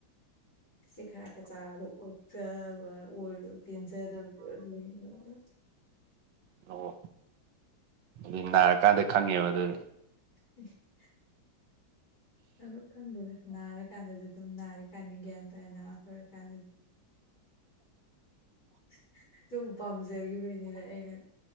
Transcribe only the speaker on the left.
ꯁꯦ ꯈꯔ ꯈꯔ ꯆꯥꯕꯗꯣ ꯑꯣꯛꯇꯕ ꯑꯣꯏꯕ ꯄꯦꯟꯖꯗꯕꯗꯣ ꯂꯩꯗꯅ
ꯎ <unintelligible> ꯑꯗꯨꯝ ꯈꯪꯗꯦꯗ ꯅꯥꯔꯀꯥꯟꯗꯗꯤ ꯑꯗꯨꯝ ꯅꯥꯔꯤꯀꯥꯟꯗ ꯒ꯭ꯌꯥꯟ ꯇꯥꯏ ꯅꯥ ꯐꯔ ꯀꯥꯟꯗꯗꯤ <unintelligible> ꯁꯨꯝ ꯄꯥꯝꯖꯈꯤꯕꯅꯤꯅ ꯑꯩꯅ